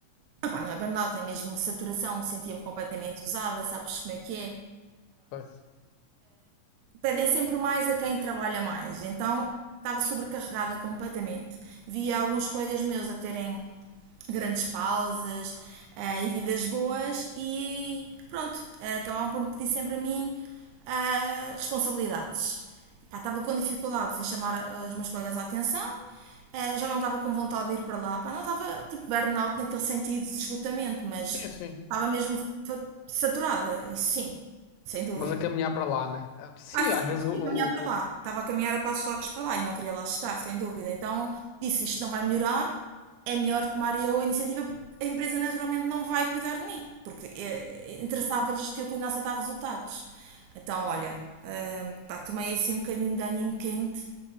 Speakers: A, on the right; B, on the left.
A: Ah pá, não é burnout, é mesmo saturação. Sentia-me completamente usada, sabes como é que é?
B: Foi.
A: pedem sempre mais a quem trabalha mais. Então, estava sobrecarregada completamente. Via alguns colegas meus a terem grandes pausas, eh, e vidas boas e pronto, eh, acabavam por me pedir sempre a mim ah, responsabilidades. Pá, estava com dificuldades em chamar ah, os meus colegas à atenção, ah, já não estava com vontade de ir para lá, Pá, não estava tipo burnout naquele sentido de esgotamento, mas
B: Sim, sim.
A: estava mesmo fa- saturada, isso sim, sem dúvida.
B: Mas a caminhar para lá, né? Ah, Sim,
A: Ah, sim,
B: às vezes
A: mas tinha
B: o, o,
A: que caminhar para
B: o- o-
A: lá. Estava a caminhar a passos largos para lá e não queria lá chegar, sem dúvida. Então disse: isto não vai melhorar, é melhor tomar eu a iniciativa porque a empresa naturalmente não vai cuidar de mim, porque eh, eh, interessava-lhes que eu continuasse a dar resultados. Então, olha, ah, pá, tomei assim um bocadinho de ânimo quente